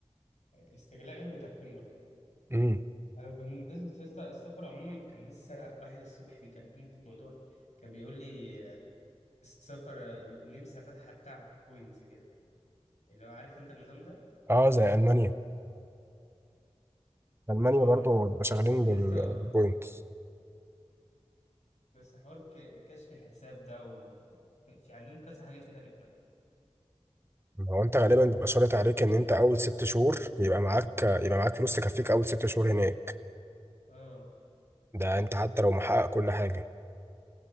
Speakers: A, on the left; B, on the right.
A: استغلال وترخيم برضو
B: امم
A: انا بالنسبه يا اسطى السفر عموما كان لسه واحد الصبح بيكلمني في موضوع كان بيقول لي آه، السفر آه، النمسا فاتحه بتاع بوينتس كده اللي هو عارف انت النظام ده
B: اه زي المانيا المانيا
A: اه
B: برضو بيبقى شغالين
A: بس لسه
B: بالبوينتس
A: بس حوار ك- كشف الحساب ده و... في عندهم كذا حاجة كده رخمة
B: هو انت غالبا بيبقى شرط عليك ان انت اول ست شهور يبقى معاك يبقى معاك فلوس تكفيك اول ست شهور هناك
A: اه
B: ده انت حتى لو محقق كل حاجه